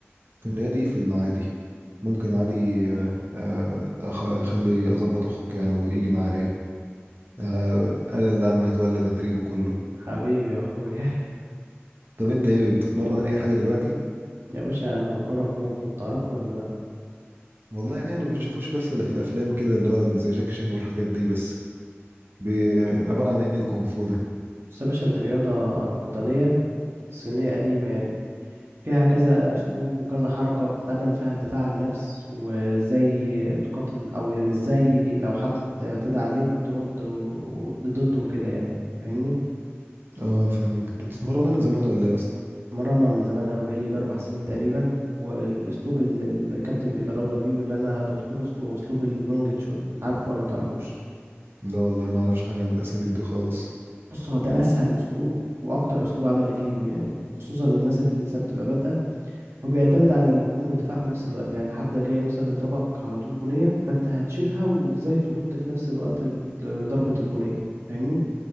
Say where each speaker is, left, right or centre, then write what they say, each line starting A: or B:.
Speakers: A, on the right; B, on the right.
A: في النادي في المعادي ممكن عادي آه، آه، أخ- اخلي اظبط اخوك يعني ويجي معايا آه، انا اللي عم اتولى تدريبه كله
B: حبيبي يا اخويا
A: طب انت ايه بتتمرن اي حاجه دلوقتي
B: <laughs> يا باشا انا بتمرن كونغ فو تعرفه ولا لا
A: والله يعني ما تشوفوش بس الا في الافلام كده اللي هو زي جاكشن والحاجات دي بس بي- عبارة عن ايه الكونغ فو ده
B: بس يا باشا دي رياضه قتاليه صينيه قديمه يعني فيها كذا اسلوب وكذا حركه بتتعلم فيها الدفاع عن النفس وازاي تقاتل او يعني ازاي لو حد اعتدى عليك ترد و- ضده وكده يعني فاهمني
A: اه فاهمك انت بتتمرنها من زمان ولا ايه يا اسطى
B: مرنا من زمان أوي بقالي يجي أربع سنين تقريبا والأسلوب اللي الكابتن بيدربنا بيه واللي أنا بتقنه اسمه أسلوب الوينج تشون عارفه ولا متعرفوش
A: لا والله ما اعرفش حاجة عن الاساليب دي خالص
B: بص هو ده أسهل أسلوب وأكتر أسلوب عملي فيهم يعني وخصوصا للناس اللي لسه بتبقى بادئة هو بيعتمد على الهجوم والدفاع في نفس الوقت يعني حد جاي مثلا يضربك على طول بنية فأنت هتشيلها وإزاي ترد في نفس الوقت ضربة البنية فاهمني؟